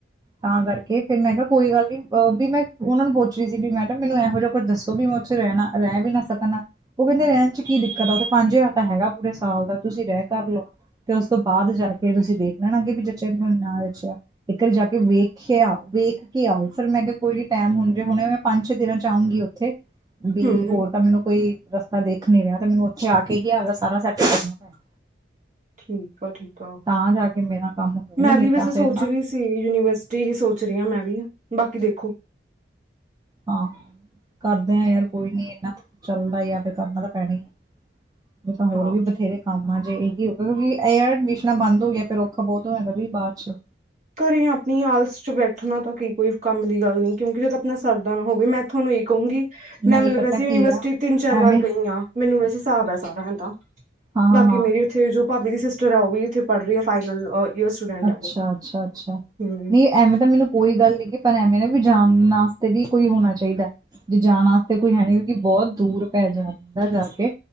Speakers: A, on the right; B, on the right.
A: ਤਾਂ ਕਰਕੇ ਫੇਰ ਮੈਂ ਕਿਹਾ ਕੋਈ ਗੱਲ ਨੀ ਅਹ ਵੀ ਮੈਂ ਉਹਨਾਂ ਨੂੰ ਪੁੱਛ ਰਹੀ ਸੀ, ਵੀ ਮੈਡਮ ਮੈਨੂੰ ਇਹੋ ਜਿਹਾ ਕੁੱਝ ਦੱਸੋ ਵੀ ਮੈਂ ਉੱਥੇ ਰਹਿਣਾ ਰਹਿ ਵੀ ਨਾ ਸਕਣਾ ਉਹ ਕਹਿੰਦੇ ਰਹਿਣ 'ਚ ਕੀ ਦਿੱਕਤ ਆ ਉੱਥੇ ਪੰਜ ਹਜ਼ਾਰ ਤਾਂ ਹੈਗਾ ਪੂਰੇ ਸਾਲ ਦਾ ਤੁਸੀਂ ਇਹ ਕਰ ਲਓ ਤੇ ਉਸ ਤੋਂ ਬਾਅਦ ਜਾ ਕੇ ਤੁਸੀਂ ਦੇਖ ਲੈਣਾ ਅੱਗੇ ਵੀ ਜਚਿਆ ਮੈਨੂੰ ਨਾ ਜਚਿਆ ਤੇ ਘਰੇ ਜਾ ਕੇ। ਕਿ ਵੇਖਿਆ ਆਓ ਵੇਖ ਕੇ ਆਓ, ਫਿਰ ਮੈਂ ਕਿਹਾ ਕੋਈ ਟਾਈਮ ਹੁਣ ਜੇ ਹੁਣੇ ਮੈਂ ਪੰਜ ਛੇ ਦਿਨਾਂ 'ਚ ਆਊਂਗੀ ਉੱਥੇ। ਵੀ
B: ਹੂੰ
A: ਹੋਰ ਤਾਂ ਮੈਨੂੰ ਕੋਈ ਰਸਤਾ ਤਾ ਦੇਖ ਨੀ ਰਿਹਾ ਤੇ ਮੈਨੂੰ ਉੱਥੇ ਆ ਕੇ ਹੀ ਆਪਦਾ ਸਾਰਾ ਸੈਟ ਕਰਨਾ ਪੈਣਾ
B: ਠੀਕ ਆ ਠੀਕ ਆ
A: ਤਾਂ ਜਾ ਕੇ ਮੇਰਾ ਕੰਮ ਹੋਊ
B: ਮੈਂ
A: ਨੀ
B: ਵੀ ਵੈਸੇ
A: ਤਾਂ
B: ਸੋਚ
A: ਫਿਰ ਨਾ
B: ਰਹੀ ਸੀ, ਯੂਨੀਵਰਸਿਟੀ, ਯੂਨੀਵਰਸਿਟੀ ਹੀ ਸੋਚ ਰਹੀ ਹਾਂ, ਮੈਂ ਵੀ ਬਾਕੀ ਦੇਖੋ।
A: ਆਹ। ਕਰਦੇ ਹਾਂ ਯਾਰ ਕੋਈ ਨੀ ਇਨਾਂ ਚੱਲਦਾ ਆ ਫੇਰ ਕਰਨਾ ਤਾਂ ਪੈਣਾ ਹੀ ਹੈ। ਨਹੀਂ ਤਾਂ ਹੋਰ
B: ਹਾਂ
A: ਵੀ ਬਥੇਰੇ ਕੰਮ ਜੇ ਇਹ। ਕਿਉਂਕਿ ਇਹ ਐਡਮਿਸ਼ਨਾਂ ਬੰਦ ਹੋ ਗਿਆ, ਫਿਰ ਔਖਾ ਬਹੁਤ ਹੋ ਜਾਂਦਾ ਵੀ ਬਾਅਦ 'ਚ।
B: ਘਰੇ ਆਪਣੀ ਆਲਸ ਚ ਬੈਠਣਾ ਤਾਂ ਕੀ ਕੋਈ ਕੰਮ ਦੀ ਗੱਲ ਨਹੀਂ ਕਿਉਂਕਿ ਜਦੋਂ ਆਪਣਾ ਸਰਦਾ ਨਾ ਹੋਵੇ ਮੈਂ ਤੁਹਾਨੂੰ ਇਹ ਕਹੂੰਗੀ। ਮੈਂ
A: ਨਹੀਂ
B: ਮਤਲਬ
A: ਪਤਾ
B: ਵੈਸੇ ਯੂਨੀਵਰਸਿਟੀ
A: ਕੀ ਆ
B: ਤਿੰਨ ਚਾਰ
A: ਐਵੇਂ
B: ਵਾਰ ਗਈ ਆ, ਮੈਨੂੰ ਵੈਸੇ ਹਿਸਾਬ ਸਾਰਾ ਆਏ ਤਾ।
A: ਹਾਂ
B: ਬਾਕੀ
A: ਹਾਂ ਹਾਂ
B: ਮੇਰੀ ਉੱਥੇ ਜੋ ਭਾਬੀ ਦੀ ਸਿਸਟਰ ਆ ਉਹ ਵੀ ਇਥੇ ਪੜ੍ਹ ਰਹੀ ਆ ਫਾਈਨਲਰ ਅਹ ਈਅਰ ਦੀ ਸਟੂਡੈਂਟ
A: ਅੱਛਾ,
B: ਆ ਉਹ।
A: ਅੱਛਾ, ਅੱਛਾ
B: ਹੂੰ
A: ਨਹੀਂ ਐਵੇਂ ਤਾਂ ਮੈਨੂੰ ਕੋਈ ਗੱਲ ਨੀ ਪਰ ਐਵੇਂ ਨਾ ਵੀ। ਜਾਣ ਵਾਸਤੇ ਵੀ ਕੋਈ ਹੋਣਾ ਚਾਹੀਦਾ ਜੇ ਜਾਣ ਵਾਸਤੇ ਕੋਈ ਹੈ ਨਹੀਂ ਕਿਉਕਿ ਬਹੁਤ ਦੂਰ ਪੈ ਜਾਂਦਾ ਹੈ। ਥੋੜਾ ਜਾ ਕੇ